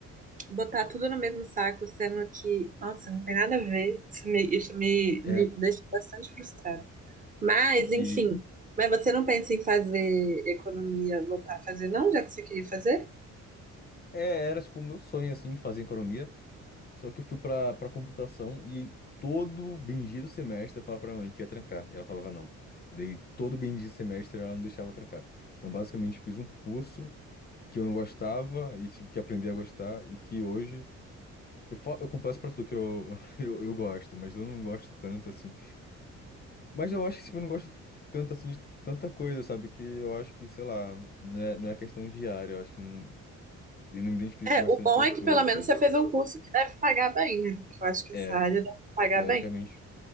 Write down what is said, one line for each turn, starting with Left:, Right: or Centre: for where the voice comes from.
Right: botar tudo no mesmo saco, sendo que, nossa, não tem nada a ver, isso me, isso me,
Left: é,
Right: me deixa bastante frustrada. Mas,
Left: e que...
Right: enfim, mas você não pensa em fazer economia, voltar a fazer, não, já que você queria fazer?
Left: É, era tipo o meu sonho assim fazer economia, Só que eu fui pra, pra computação e todo bendito semestre eu falava pra minha mãe que ia trancar. E ela falava não. Daí todo bendito semestre ela não deixava eu trancar. Então basicamente eu fiz um curso que eu não gostava e tive que aprender a gostar e que hoje. Eu, fa- eu confesso pra tu que eu, <laughs> eu, eu gosto, mas eu não gosto tanto assim. Mas eu acho que tipo, eu não gosto tanto assim de tanta coisa, sabe? Que eu acho que, sei lá, não é, não é questão diária. Eu acho que não- eu não me identifico
Right: É,
Left: bastante
Right: o bom
Left: com as
Right: é
Left: coisas,
Right: que pelo menos
Left: sabe?
Right: você fez um curso que deve pagar bem, né? Porque eu acho que essa
Left: É,
Right: área deve pagar
Left: teoricamente.
Right: bem.